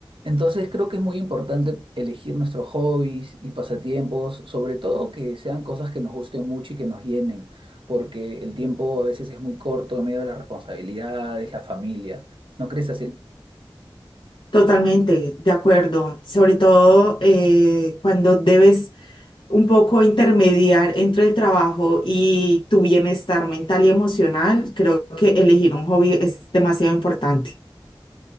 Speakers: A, on the right (about 70°); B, on the left (about 65°).
A: Entonces creo que es muy importante elegir nuestros hobbies y pasatiempos, sobre todo que sean cosas que nos gusten mucho y que nos llenen, porque el tiempo a veces es muy corto en medio de las responsabilidades, la familia. ¿No crees así?
B: Totalmente, de acuerdo. Sobre todo eh, cuando debes un poco intermediar entre el trabajo y tu bienestar mental y emocional, creo que elegir un hobby es demasiado importante.